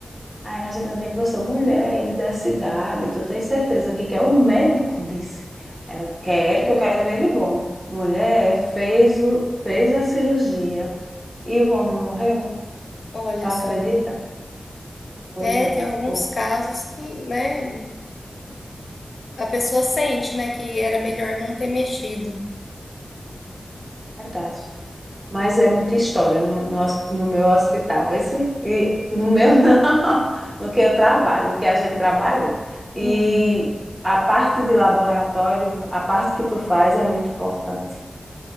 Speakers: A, on the right; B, on the left.
A: Aí a gente ainda conversou, mulher, ele da cidade, tu tem certeza que quer? O médico disse. Ela, quer que eu quero ver ele bom. Mulher, fez, o, fez a cirurgia e o homem não morreu.
B: olha
A: Tu acredita?
B: só.
A: Pois
B: É,
A: é, ela
B: tem alguns
A: ficou,
B: casos que, né, a pessoa sente, né, que era melhor não ter mexido.
A: verdade. Mas é muita história no, no, hos- no meu hospital, vê se- e no meu <laughs> não, no que eu trabalho, no que a gente trabalhou.
B: Uhum.
A: E a parte de laboratório, a parte que tu faz é muito importante.